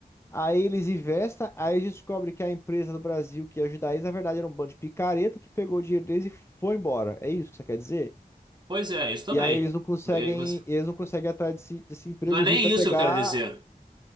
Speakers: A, on the left; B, on the right.
A: Aí eles investem, aí descobre que a empresa do Brasil que ia ajudar eles, na verdade, era um bando de picareta que pegou o dinheiro deles e foi embora. É isso que você quer dizer?
B: Pois é, isso também.
A: E aí eles não conseguem,
B: É, você-
A: eles não conseguem ir atrás desse, desse emprego
B: Não é nem
A: justo a pegar.
B: isso que eu quero dizer.